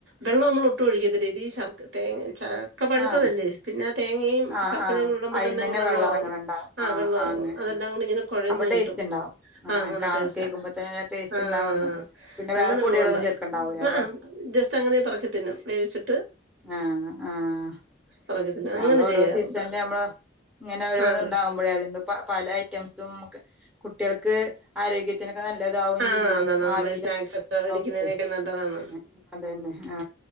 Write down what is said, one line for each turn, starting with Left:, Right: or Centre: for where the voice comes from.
Right: വെള്ളം നമ്മളൊട്ടും ഒഴിക്കത്തി ദി ശർക്ക്‌തേ ചക്ക പഴുത്തതല്ലേ
Centre: ആഹ്
Right: പിന്നെ തേങ്ങയും
Centre: ആഹ്
Right: ശർക്കരയും
Centre: ആഹ്
Right: കൂടി ഇടുമ്പം
Centre: അയിന്ന്
Right: തന്നെ അങ്ങ് വെള്ളവാവും
Centre: വെള്ളം ഇറങ്ങണണ്ടാവും
Right: ആ
Centre: ആഹ്
Right: വെള്ളറങ്ങും
Centre: ആഹ് അങ്ങനെ
Right: അതെല്ലാം
Centre: ആഹ്
Right: കൂടി ഇങ്ങനെ കൊഴഞ്ഞ്
Centre: അപ്പൊ ടേസ്റ്റ്
Right: കിട്ടും
Centre: ഉണ്ടാവും ആഹ്
Right: ആ നല്ല
Centre: കാണ
Right: ടേസ്റ്റാ
Centre: കേൾക്കുമ്പോ തന്നെ ടേസ്റ്റ്
Right: ആ ആ ആ
Centre: ഉണ്ടാവുംന്ന് പിന്നെ
Right: അങ്ങനെ
Centre: വേറെ
Right: നമ്മളുണ്ടാ
Centre: പൊടികളൊന്നും ചേർക്കണ്ടാവൂല
Right: അ
Centre: അല്ലെ
Right: ആ ജസ്റ്റ് അങ്ങനെ പറക്കി തിന്നും വേവിച്ചിട്ട്
Centre: ആഹ് ആഹ്
Right: പെറുക്കി തിന്നും
Centre: നമ്മള്
Right: അങ്ങനെ
Centre: ഓരോ
Right: ചെയ്യാറുണ്ട്
Centre: സീസണില് മ്മള് ഇങ്ങനെ ഓരോന്ന്
Right: ആഹ്
Centre: ഇണ്ടാവുമ്പോഴേ അത് ന്റെ പ പലെ ഐറ്റംസും കുട്ടിൾക്ക് ആരോഗ്യത്തിനൊക്കെ നല്ലതാവും
Right: ആഹ്
Centre: ചെയ്യും
Right: നല്ലതാ നമ്മള്
Centre: ആവിൽ
Right: ഈ സ്നാക്സ്
Centre: <unintelligible>
Right: ഒക്കെ വേടിക്കുന്നതിനൊക്കെ നല്ലതാണ്.
Centre: പിന്നെ പിന്നെ ആ